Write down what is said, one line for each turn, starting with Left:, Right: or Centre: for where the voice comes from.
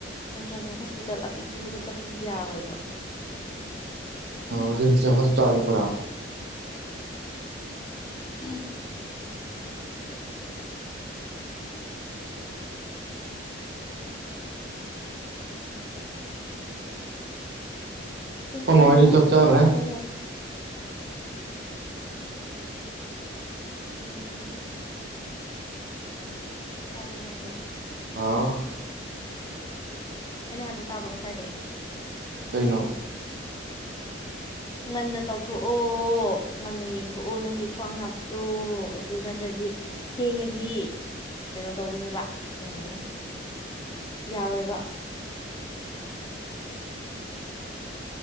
Left: ꯅꯠꯇ꯭ꯔꯒ ꯍꯣꯁꯄꯤꯇꯥꯜ ꯑꯄꯤꯛ ꯄꯤꯛꯕꯗ ꯆꯠꯄꯗꯤ ꯌꯥꯔꯣꯏꯕ
Right: ꯑꯣ ꯔꯤꯝꯁꯁꯦ ꯍꯣꯁꯄꯤꯇꯥꯜ ꯑꯄꯤꯛꯄꯔꯥ
Left: ꯎꯝ
Right: ꯑꯩꯈꯣꯏ
Left: ꯀꯨꯟ ꯀꯨꯟꯃꯉꯥ
Right: ꯃꯥ ꯍꯣꯏꯗꯤ ꯆꯥꯛ
Left: ꯀꯨꯟꯊ꯭ꯔꯥꯒꯨꯝꯕ
Right: ꯆꯥꯈ꯭ꯔꯦ
Left: ꯌꯧ ꯊꯦꯡ ꯃꯥꯟꯂꯅꯦ ꯇꯥꯕ꯭ꯔ ꯅꯩꯅ ꯍꯥꯏꯁꯦ
Right: ꯑꯥ
Left: ꯑꯩꯅ ꯍꯥꯏꯕ ꯇꯥꯕ꯭ꯔꯣ ꯉꯁꯥꯏꯗꯩ
Right: ꯀꯩꯅꯣ
Left: ꯉꯟꯅ ꯇꯧꯊꯣꯛꯑꯣ ꯉꯟꯅ ꯌꯦꯡꯊꯣꯛꯑꯣ ꯅꯪꯒꯤ ꯈ꯭ꯋꯥꯡ ꯅꯥꯕꯗꯣ ꯑꯗꯨ ꯅꯠꯇ꯭ꯔꯗꯤ ꯊꯦꯡꯉꯗꯤ ꯀꯩꯅꯣ ꯇꯧꯒꯅꯤꯕ ꯎꯝ ꯌꯥꯔꯣꯏꯕ